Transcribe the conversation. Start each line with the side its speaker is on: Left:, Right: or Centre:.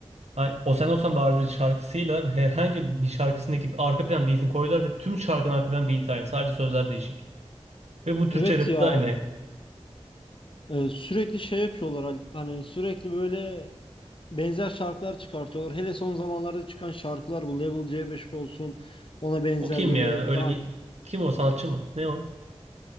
Right: hani O Sen Olsan Bari şarkısıyla herhangi bir şarkısındaki arka plan beat'ini koydular ve tüm şarkının arka plan beat aynı. Sadece sözler değişik. Ve bu
Left: Evet
Right: Türkçe rapte
Left: ya
Right: de aynı.
Left: e, sürekli şey yapıyorlar Alp hani sürekli böyle benzer şarkılar çıkartıyorlar. Hele son zamanlarda çıkan şarkılar bu Level C5 olsun ona benzer
Right: O kim
Left: böyle
Right: ya? Öyle
Left: daha
Right: bir... Kim o? Sanatçı mı? Ne o?